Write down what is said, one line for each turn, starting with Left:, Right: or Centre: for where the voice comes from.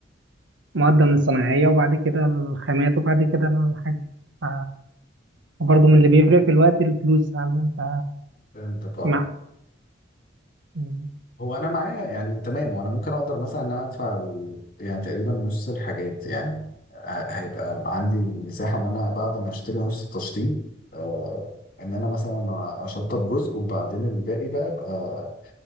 Right: مقدم الصناعية وبعد كده الخامات وبعد كده الحاجة ف- وبرضه من اللي بيفرق في الوقت الفلوس هل أنت
Left: فهمتك اه
Right: مع م-
Left: هو انا معايا يعني تمام وانا ممكن اقدر مثلا ان انا ادفع ال- يعني تقريبا نص الحاجات يعني ه- هيبقى عندي المساحه ان انا بعد ما اشتري نص التشطيب آه ان انا مثلا اشطب جزء وبعدين الباقي بقى ابقى